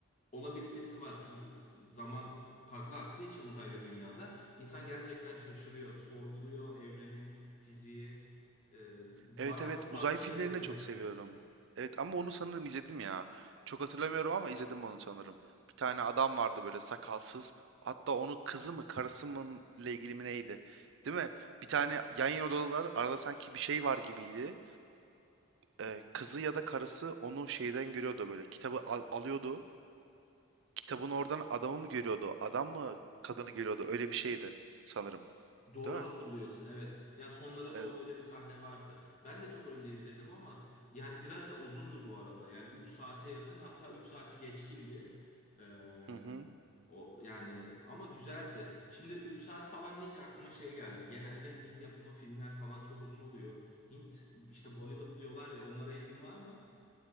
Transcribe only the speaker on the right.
Evet evet.
Uzay
filmlerini
de çok seviyorum. Evet ama onu sanırım izledim ya. Çok hatırlamıyorum ama izledim onu sanırım. Bir tane adam vardı böyle sakalsız. Hatta onun kızı mı karısı mı ile ilgili mi neydi? Değil mi? Bir tane yan yana odalar arada sanki bir şey var gibiydi. Ee, kızı ya da karısı onu şeyden görüyordu böyle. Kitabı al- alıyordu. kitabın oradan adamı mı görüyordu? Adam mı kadını görüyordu? Öyle bir şeydi sanırım.
Değil mi?
E,
hı hı.